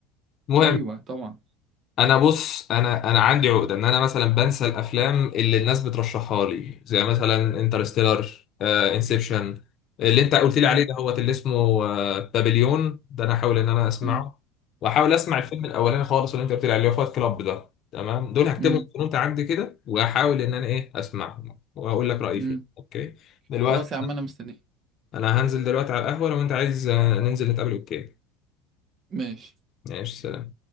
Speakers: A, on the left; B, on the right.
A: المهم
B: أيوه طبعا
A: انا بص انا انا عندي عقده ان انا مثلا بنسى الافلام اللي الناس بترشحها لي زي مثلا انترستيلر انسبشن اللي انت قلت لي
B: امم
A: عليه ده هو اللي اسمه آه، بابليون ده انا احاول ان انا اسمعه
B: امم
A: واحاول اسمع الفيلم الاولاني خالص اللي انت قلت لي عليه فايت كلاب ده تمام دول هكتبهم
B: امم
A: في نوت عندي كده واحاول ان انا ايه اسمعهم واقول لك رايي
B: امم
A: فيه اوكي دلوقتي
B: خلاص يا عم أنا مستنيك
A: انا هنزل دلوقتي على القهوه لو انت عايز آه، ننزل نتقابل اوكي
B: ماشي
A: ماشي